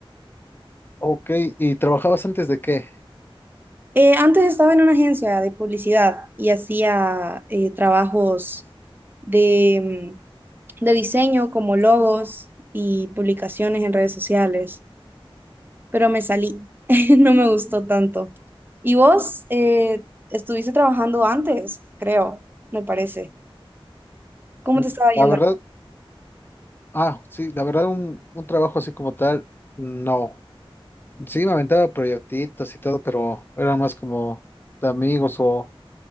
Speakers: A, on the left; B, on the right.
A: Ok, ¿y trabajabas antes de qué?
B: Eh, antes estaba en una agencia de publicidad y hacía eh, trabajos de, mm, de diseño como logos y publicaciones en redes sociales. pero me salí, <laughs> no me gustó tanto. Y vos eh, estuviste trabajando antes, creo, me parece. ¿Cómo
A: Mm,
B: te estaba yendo?
A: La verdad, ah, sí, la verdad un, un trabajo así como tal, no. Sí, me aventaba proyectitos y todo, pero eran más como de amigos o